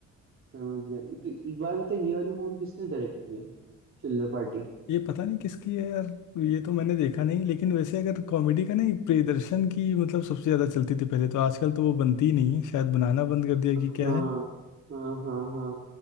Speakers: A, on the right; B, on the left.
A: समझ गया तो एक बार बताओ ये वाली मूवी किसने डायरेक्ट की है चिल्लर पार्टी
B: ये पता नहीं किसकी है यार ये तो मैंने देखा नहीं लेकिन वैसे अगर कॉमेडी का नहीं प्रियदर्शन की मतलब सबसे ज़्यादा चलती थी पहले तो आजकल तो वो बनती ही नहीं है शायद बनाना बंद कर दिया
A: हाँ
B: कि क्या है
A: हाँ हाँ हाँ